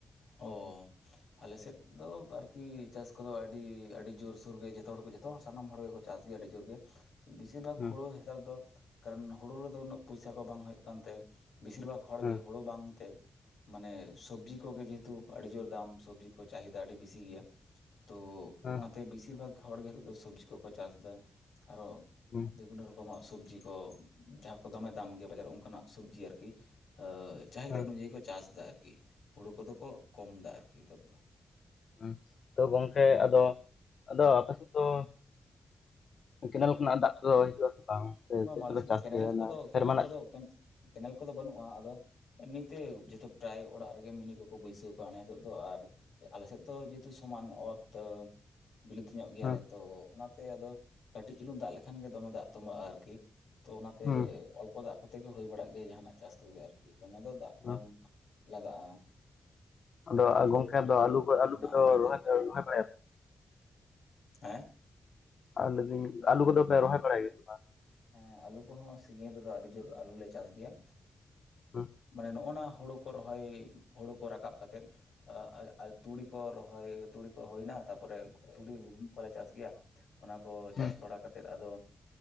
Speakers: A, on the left; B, on the left.
A: ᱚᱻ ᱟᱞᱮ ᱥᱮᱫ ᱫᱚ ᱟᱨᱠᱤ ᱪᱟᱥ ᱠᱚᱫᱚ ᱟᱹᱰᱤ ᱟᱹᱰᱤ ᱡᱳᱨᱥᱳᱨᱜᱮ ᱡᱚᱛᱚ ᱦᱚᱲ ᱡᱚᱛᱚ ᱦᱚᱲ ᱥᱟᱱᱟᱢ ᱦᱚᱲ ᱜᱮᱠᱚ ᱪᱟᱥ ᱥᱤᱭᱟ ᱟᱹᱰᱤ ᱡᱩᱨᱜ ᱜᱮ ᱵᱮᱥᱤ ᱵᱷᱟᱜᱽ
B: ᱦᱮᱸ
A: ᱦᱩᱲᱩ ᱱᱮᱛᱟᱨ ᱫᱚ ᱠᱟᱨᱚᱱ ᱦᱩᱲᱩ ᱨᱮᱫᱚ ᱩᱱᱟᱹᱜ ᱯᱩᱭᱥᱟ ᱠᱚ ᱵᱟᱝ ᱦᱩᱭᱩᱜ ᱠᱟᱱᱛᱮ ᱵᱮᱥᱤᱨ ᱵᱷᱟᱜᱽ ᱦᱚᱲ
B: ᱦᱮᱸ
A: ᱜᱮ ᱦᱩᱲᱩ ᱵᱟᱝᱛᱮ ᱢᱟᱱᱮ ᱥᱚᱵᱡᱤ ᱠᱚᱜᱮ ᱡᱮᱛ ᱼᱼ ᱛᱩ ᱟᱹᱰᱤ ᱡᱳᱨ ᱫᱟᱢ ᱥᱚᱵᱡᱤ ᱠᱚ ᱪᱟᱦᱤᱫᱟ ᱟᱹᱰᱤ ᱵᱮᱥᱤ ᱜᱮᱭᱟ ᱛᱚ
B: ᱦᱮᱸ
A: ᱚᱱᱟᱛᱮ ᱵᱮᱥᱤᱨ ᱵᱷᱟᱜᱽ ᱦᱚᱲᱜᱮ ᱱᱤᱛᱚᱜ ᱫᱚ ᱥᱚᱵᱡᱤ ᱠᱚᱠᱚ ᱪᱟᱥ ᱮᱫᱟ ᱟᱨᱚ
B: ᱦᱩᱸ
A: ᱵᱤᱵᱷᱤᱱᱱᱚ ᱨᱚᱠᱚᱢᱟᱜ ᱥᱚᱵᱽᱡᱤ ᱠᱚ ᱡᱟᱦᱟᱸ ᱠᱚ ᱫᱚᱢᱮ ᱫᱟᱢ ᱜᱮᱭᱟ ᱵᱟᱡᱟᱨ ᱚᱱᱠᱟᱱᱟᱜ ᱥᱚᱵᱽᱡᱤ ᱟᱨᱠᱤ ᱟ ᱪᱟᱦᱤᱫᱟ
B: ᱦᱮᱸ
A: ᱚᱱᱩᱡᱟᱭᱤ ᱠᱚ ᱪᱟᱥ ᱮᱫᱟ ᱟᱨᱠᱤ ᱦᱩᱲᱳ ᱠᱚᱫᱚ ᱠᱚ ᱠᱚᱢ ᱮᱫᱟ ᱟᱨᱠᱤ ᱱᱤᱛᱚᱜ ᱫᱚ
B: ᱦᱩᱸ ᱛᱚ ᱜᱚᱢᱠᱮ ᱟᱫᱚ ᱟᱫᱚ ᱟᱯᱮ ᱥᱮᱫ ᱫᱚ ᱠᱮᱱᱮᱞ ᱠᱷᱚᱱᱟᱜ ᱫᱟᱜ ᱠᱚᱫᱚ ᱦᱤᱡᱩᱜᱼᱟ ᱥᱮ ᱵᱟᱝ ᱥᱮ
A: ᱵᱟᱸ
B: ᱪᱮᱫ
A: ᱵᱟᱸ ᱟᱞᱮᱥᱮᱫ
B: ᱛᱮᱯᱮ
A: ᱫᱚ
B: ᱪᱟᱥ
A: ᱠᱮᱱᱮᱞ
B: ᱜᱮᱭᱟ ᱚᱱᱟ
A: ᱠᱚᱫᱚ ᱠᱮᱱᱮᱞ
B: ᱥᱮᱨᱢᱟ ᱨᱮᱱᱟᱜ
A: ᱠᱚᱫᱚ ᱠᱮᱱᱮᱞ ᱠᱚᱫᱚ ᱵᱟᱹᱱᱩᱜᱼᱟ ᱟᱫᱚ ᱮᱢᱱᱤ ᱛᱮ ᱡᱚᱛᱚ ᱯᱨᱟᱭ ᱚᱲᱟᱜ ᱨᱮᱜᱮ ᱢᱤᱱᱤ ᱠᱚᱠᱚ ᱵᱟᱹᱭᱥᱟᱹᱣ ᱠᱟᱣᱱᱟ ᱱᱤᱛᱚᱜ ᱫᱚ ᱟᱨ ᱟᱞᱮ ᱥᱮᱫ ᱫᱚ ᱡᱮᱦᱮᱛᱩ ᱥᱚᱢᱟᱱ ᱚᱛ ᱵᱤᱞᱟᱹᱛᱤ ᱧᱚᱜ ᱜᱮᱭᱟᱞᱮ
B: ᱦᱮᱸ
A: ᱛᱚ ᱚᱱᱟᱛᱮ ᱟᱫᱚ ᱠᱟᱹᱴᱤᱡ ᱪᱩᱞᱩᱝ ᱫᱟᱜ ᱞᱮᱠᱷᱟᱱ ᱜᱮ ᱫᱚᱢᱮ ᱫᱟᱜ ᱛᱩᱵᱟᱜᱼᱟ ᱟᱨᱠᱤ ᱛᱚ ᱚᱱᱟᱛᱮ
B: ᱦᱮᱸ
A: ᱚᱞᱯᱚ ᱫᱟᱜ ᱠᱚᱛᱮ ᱜᱮ ᱦᱳᱭ ᱵᱟᱲᱟᱜ ᱜᱮᱭᱟ ᱡᱟᱦᱟᱱᱟᱜ ᱪᱟᱥ ᱠᱚᱜᱮ ᱟᱨᱠᱤ ᱛᱚ ᱫᱚᱢᱮ ᱫᱚ ᱫᱟᱜ ᱵᱟᱝ
B: ᱦᱮᱸ
A: ᱞᱟᱜᱟᱜᱼᱟ
B: ᱟᱫᱚ
A: ᱟᱨ ᱵᱟᱸᱫᱷ
B: ᱜᱚᱢᱠᱮ
A: ᱠᱚ ᱯᱩᱠᱷᱨᱤ
B: ᱫᱚ ᱟᱹᱞᱩ ᱠᱚ ᱟᱹᱞᱩ
A: ᱢᱮᱱᱟᱜᱼᱟ
B: ᱠᱚᱫᱚ
A: ᱚᱱᱟᱛᱮ
B: ᱨᱚᱦᱚᱭ ᱨᱚᱦᱚᱭ ᱵᱟᱲᱟᱭᱟ
A: ᱦᱮᱸ
B: ᱟᱨ ᱞᱟᱹᱭ ᱫᱟᱹᱧ ᱟᱹᱞᱩ ᱠᱚᱫᱚ ᱯᱮ ᱨᱚᱦᱚᱸᱭ ᱵᱟᱲᱟᱭ ᱜᱮᱭᱟ ᱵᱟᱝ?
A: ᱦᱮᱸ ᱟᱞᱩ ᱠᱚᱦᱚᱸ ᱥᱤᱡᱤᱱ ᱨᱮᱫᱚ ᱟᱹᱰᱤ ᱡᱳᱨ ᱟᱹᱞᱩ ᱞᱮ ᱪᱟᱥ ᱜᱮᱭᱟ
B: ᱦᱮᱸ
A: ᱢᱟᱱᱮ ᱱᱚᱜᱼ ᱱᱟ ᱦᱳᱲᱳ ᱠᱚ ᱨᱚᱦᱚᱭ ᱦᱳᱲᱳ ᱠᱚ ᱨᱟᱠᱟᱵ ᱠᱟᱛᱮᱫ ᱟᱭ ᱛᱩᱲᱤ ᱠᱚ ᱨᱚᱦᱚᱭ ᱦᱚᱭ ᱛᱩᱲᱤ ᱠᱚ ᱦᱩᱭᱱᱟ ᱛᱟᱨᱯᱚᱨᱮ ᱛᱩᱲᱤ ᱜᱩᱦᱩᱢ ᱠᱚᱞᱮ ᱪᱟᱥ ᱜᱮᱭᱟ ᱚᱱᱟ ᱠᱚ ᱪᱟᱥ
B: ᱦᱮᱸ
A: ᱵᱟᱲᱟ ᱠᱟᱛᱮᱜ ᱟᱫᱚ